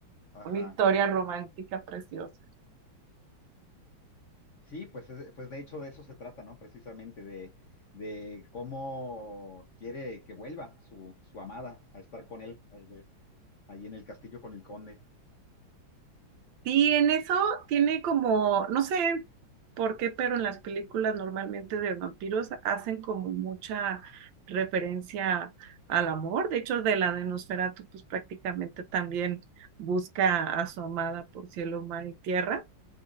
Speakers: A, on the left; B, on the right.
A: ajá.
B: una historia romántica preciosa.
A: Sí, pues, es- pues de hecho de eso se trata, ¿no? Precisamente de, de cómo quiere que vuelva su, su amada a estar con él, eh, de- ahí en el castillo con el conde.
B: Sí, en eso tiene como, no sé por qué, pero en las películas normalmente de vampiros hacen como mucha referencia al amor. De hecho, de la de Nosferatu, pues prácticamente también busca a su amada por cielo, mar y tierra